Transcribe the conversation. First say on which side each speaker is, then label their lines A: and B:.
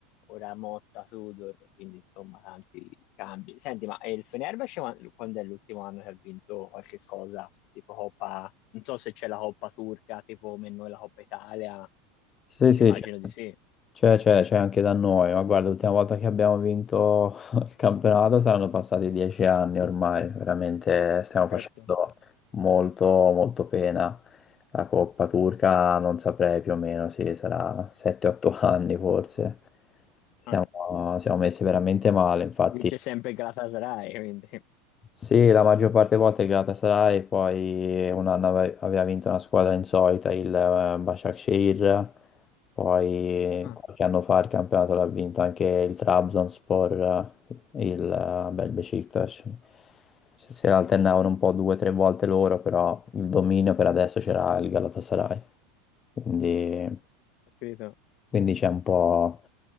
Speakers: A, on the left; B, on the left.
A: ora Motta, Tudor, quindi insomma tanti cambi. Senti, ma eh, il Fenerbahce ma- quando è l'ultimo anno che ha vinto qualche cosa? Tipo Coppa, non so se c'è la Coppa turca, tipo come noi la Coppa Italia,
B: Sì, sì,
A: mi immagino
B: c'è
A: di sì.
B: c'è- c'è- c'è anche da noi, ma guarda, l'ultima volta che abbiamo vinto <laughs> il campionato saranno passati dieci anni ormai, veramente stiamo
A: Certo,
B: facendo molto, molto pena. La Coppa Turca non saprei più o meno, sì, sarà 7-8 <laughs> anni forse.
A: Ah,
B: Siamo, siamo messi veramente male, infatti
A: vince sempre il Galatasaray, quindi...
B: sì, la maggior parte delle volte è Galatasaray, e poi un anno ave- aveva vinto una squadra insolita, il eh, Başakşehir, poi
A: Ah,
B: qualche anno fa il campionato l'ha vinto anche il Trabzonspor, eh, il eh, Bel Beşiktaş. Si si alternavano un po' due o tre volte loro, però il dominio per adesso c'era il Galatasaray, quindi...
A: capito.
B: Quindi c'è un po',